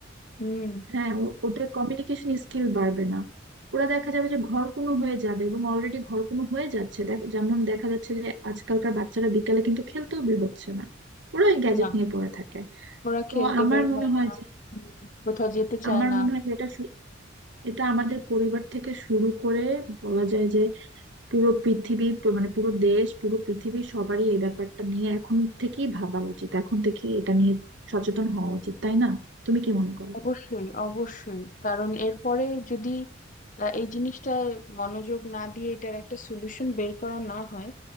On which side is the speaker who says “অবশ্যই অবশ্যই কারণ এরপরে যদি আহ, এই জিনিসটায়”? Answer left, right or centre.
Left